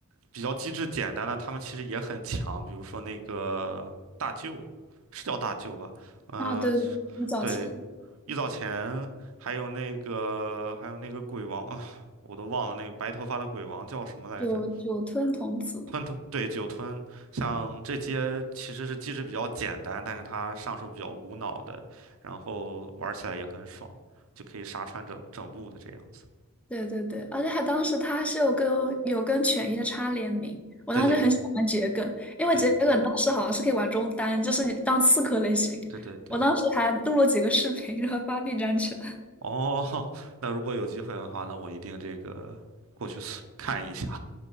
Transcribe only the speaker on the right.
比较机制简单的，他们其实也很强，比如说那个大舅，是叫大舅吧？呃，
对，玉藻前，还有那个还有那个鬼王啊，我都忘了那个白头发的鬼王叫什么来着。
吞吞，对，酒吞，像这些其实是机制比较简单，但是它上手比较无脑的，然后玩起来也很爽，就可以杀穿整整路的这样子。
对对对
对
对对对。
哦，<laughs> 那如果有机会的话，那我一定这个过去 <laughs> 搜看一下。